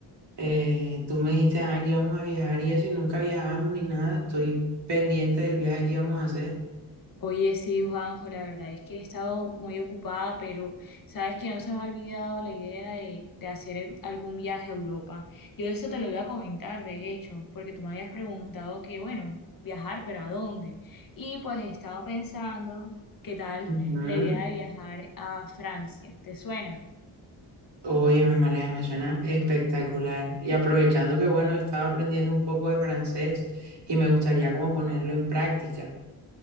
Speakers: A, on the right; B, on the left.
A: Eh, tú me dijiste, ah, que íbamos a viajar y eso y nunca viajamos ni nada. Estoy pendiente del viaje que íbamos a hacer.
B: Oye, sí, Juanjo, la verdad es que he estado muy ocupada, pero sabes que no se me ha olvidado la idea de, de hacer algún viaje a Europa. Yo eso te lo iba a comentar, de hecho, porque tú me habías preguntado que, bueno, viajar, pero ¿a dónde? Y pues he estado pensando, ¿qué tal
A: Ujú.
B: la idea de viajar a Francia? ¿Te suena?
A: Óyeme, Maleja, me suena espectacular. Y aprovechando que bueno, estaba aprendiendo un poco de francés y me gustaría como ponerlo en práctica.